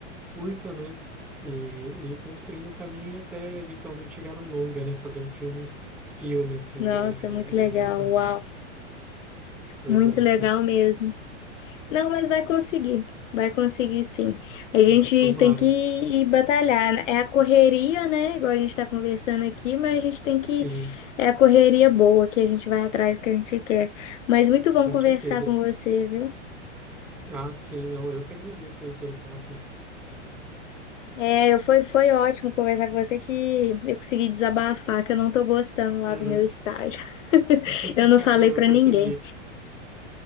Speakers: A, in the centre; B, on the left.
A: curta, né, e, e construindo um caminho até eventualmente chegar num longa, né, fazer um filme, filme assim
B: Nossa,
A: grande,
B: é
A: né,
B: muito
A: de grande
B: legal,
A: orçamento.
B: uau,
A: Pois
B: muito
A: é,
B: legal mesmo. Não, mas vai conseguir, vai conseguir sim. A gente
A: <laughs> ah, tomara.
B: tem que ir batalhar. né? É a correria, né? Igual a gente está conversando aqui, mas a gente tem
A: Sim,
B: que. É a correria boa que a gente vai atrás que a gente quer. Mas muito bom
A: com
B: conversar
A: certeza.
B: com você, viu?
A: Ah, sim, não, eu que agradeço aí pelo papo.
B: É, eu- foi, foi ótimo conversar com você que eu consegui desabafar, que eu não tô gostando lá
A: Uhum.
B: do meu estágio. <laughs>
A: <laughs>
B: Eu não falei para
A: Eu percebi.
B: ninguém.